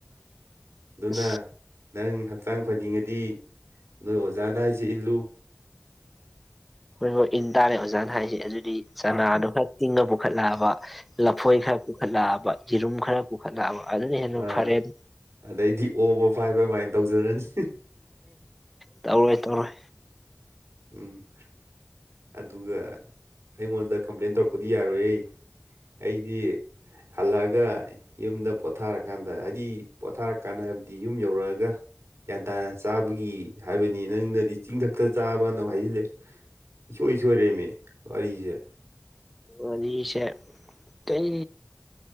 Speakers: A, in the centre; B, on the right.
A: ꯑꯁ
B: ꯅ ꯅꯪ ꯍꯛꯆꯥꯡ ꯐꯅꯤꯡꯑꯗꯤ ꯅꯣꯏ ꯑꯣꯖꯥꯅ ꯍꯥꯏꯁꯤ ꯏꯜꯂꯨ꯫
A: ꯍꯣꯏ ꯍꯣꯏ ꯏꯟ ꯇꯥꯔꯦ ꯑꯣꯖꯥꯅ ꯍꯥꯏꯁꯦ ꯑꯗꯨꯗꯤ꯫ ꯆꯅꯥꯗꯨ ꯈꯔ ꯇꯤꯡꯑ ꯄꯨ ꯈꯠꯂꯛꯑꯕ ꯂꯐꯣꯏ ꯈ ꯄꯨꯈꯠꯂꯥ ꯕꯥ ꯌꯦꯔꯨꯝ ꯈꯔ ꯄꯨꯈꯠꯂꯛꯑꯕ ꯑꯗꯨꯅ ꯍꯦꯟꯅ
B: ꯑꯥ
A: ꯐꯔꯦ
B: ꯑꯗꯩꯗꯤ ꯑꯣꯕ ꯐꯥꯏꯕ ꯑꯗꯨꯃꯥꯏꯅ ꯇꯧꯖꯔꯅꯤ
A: ꯇꯧꯔꯣꯏ ꯇꯔꯣꯏ
B: ꯎꯝ ꯑꯗꯨꯒ ꯑꯩꯉꯣꯟꯗ ꯀꯝꯄ꯭ꯂꯦꯟ ꯇꯧꯔꯛꯄꯗꯤ ꯌꯥꯔꯣꯏꯌꯦ ꯑꯩꯗꯤ ꯍꯜꯂꯛꯑꯒ ꯌꯨꯝꯗ ꯄꯣꯊꯥꯔꯀꯥꯟꯗ ꯍꯥꯏꯗꯤ ꯄꯣꯊꯥꯔꯀꯥꯟꯗ ꯍꯥꯏꯕꯗꯤ ꯌꯨꯝ ꯌꯧꯔꯛꯑꯒ ꯒ꯭ꯌꯥꯟ ꯇꯥꯅ ꯆꯥꯕꯒꯤ ꯍꯥꯏꯕꯅꯤ ꯅꯪꯅꯗꯤ ꯆꯤꯡꯊꯛꯇ ꯆꯥꯕꯅꯨꯡ ꯍꯥꯏꯁꯤꯜꯂꯦ ꯏꯁꯣꯏ ꯁꯣꯏꯔꯦꯝꯃꯦ ꯋꯥꯔꯤꯁꯦ
A: ꯋꯥꯔꯤꯁꯦ ꯀꯩ